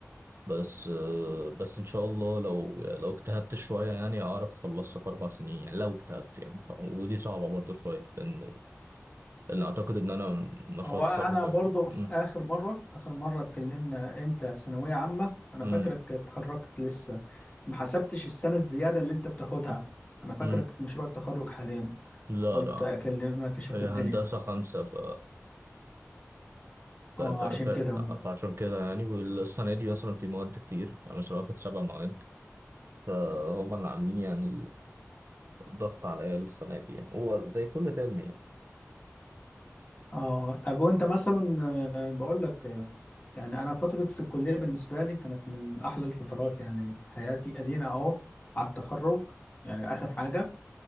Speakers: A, on the right; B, on the left.
A: بس آه بس إن شاء الله لو لو اجتهدت شوية يعني أعرف أخلصها في أربع سنين يعني لو اجتهدت يعني ف... ودي صعبة برضه شوية لأن لأن أعتقد إن أنا مشروع
B: هو
A: التخرج
B: انا برضه
A: هياخد-
B: في
A: مم.
B: اخر مرة اخر مرة اتكلمنا امتى ثانوية عامة انا
A: مم.
B: فاكرك اتخرجت لسه ما حسبتش السنة الزيادة اللي انت بتاخدها انا فاكرك
A: مم.
B: في مشروع التخرج حاليا
A: لا
B: قلت
A: لا
B: اكلمك اشوف
A: هي
B: الدنيا
A: هندسة خمسة ف... ف...
B: اه
A: ف... ف...
B: عشان كده
A: فعشان كده يعني والسنة دي مثلا في مواد كتير أنا مثلا واخد سبع مواد فهم اللي عاملين يعني الضغط عليا السنة دي يعني هو زي كل ترم يعني
B: اه آه. طب وانت مثلا آه، بقول لك آه، يعني انا فتره الكليه بالنسبه لي كانت من احلى الفترات يعني في حياتي ادينا اهو على التخرج يعني اخر حاجه